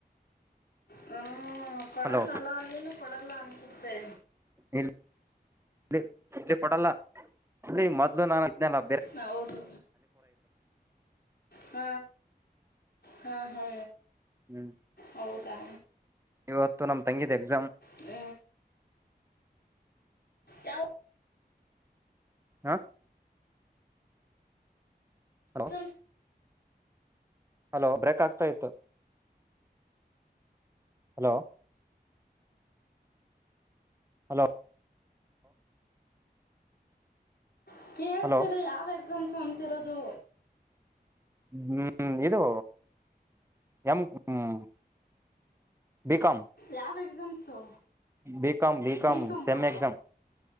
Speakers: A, on the left (about 75°); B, on the right (about 15°).
A: ಹ್ಮ ಕೊಡಲ್ಲಲ್ಲ
B: ಹಲೋ
A: ಅಲ್ಲಿನೂ ಕೊಡಲ್ಲ ಅನ್ಸುತ್ತೆ
B: ಇಲ್ಲಿ ರಜೆ ಕೊಡಲ್ಲ ಇಲ್ಲಿ ಮೊದ್ಲು ನಾನ ಇದ್ದಿನಲ್ಲ
A: ಹೌದು ಹ್ಮ ಹಾ ಹ
B: ಹ್ಮ್
A: ಹೌದಾ
B: ಇವತ್ತು ನಮ್ ತಂಗಿದ ಎಕ್ಸಾಮ್
A: ಹ ಯಾವ
B: ಹಾ ಹಲೋ
A: ಎಕ್ಸಾಮ್ಸ್
B: ಹಲೋ ಬ್ರೇಕ್ ಆಗ್ತಾ ಇತ್ತು ಹಲೋ ಹಲೋ
A: ಕ
B: ಹಲೋ
A: ಯಾವ್ ಎಕ್ಸಾಮ್ಸ್ ಅಂತಿರೋದು
B: ಹ್ಮ್ ಇದು ಎಮ ಹ್ಮ್ ಬಿಕಮ
A: ಯಾವ ಎಕ್ಸಾಮ್ಸು
B: ಬಿಕಾಂ ಬಿಕಾಂ
A: ಬಿಕಮ್ಮಾ
B: ಸೆಮ್ ಎಕ್ಸಾಮ್